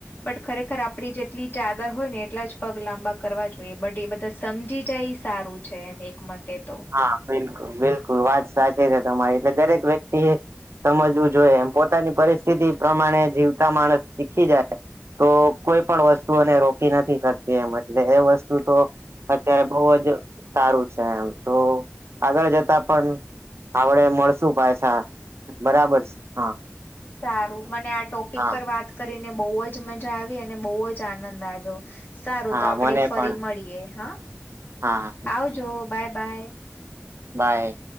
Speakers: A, on the left (about 45°); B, on the right (about 60°).
A: બટ ખરેખર આપડી જેટલી ચાદર હોય ને એટલા જ પગ લાંબા કરવા જોઈએ બટ એ બધા સમજી જાય. સારું છે એમ એક મતે તો
B: હા, બિલકુલ બિલકુલ વાત સાચી છે તમારી એટલે દરેક વ્યક્તિએ સમજવું જોઈએ એમ પોતાની પરિસ્થિતિ પ્રમાણે જીવતા માણસ શીખી જાય? તો કોઈ પણ વસ્તુ એને રોકી નથી શકતી એમ એટલે એ વસ્તુ તો અત્યારે બોજ સારું છે એમ. તો આગળ જતા પણ આવડે મળશું પાછા. બરાબર છે હા
A: સારું, મને આ ટોપિક
B: હા
A: પર વાત કરીને બોજ મજા આવી બોજ આનંદ આવ્યો સારું
B: હા
A: તો આપણેે
B: મને
A: ફરી
B: પણ
A: મળીએ હા.
B: હા
A: આવજો બાય બાય.
B: બાય.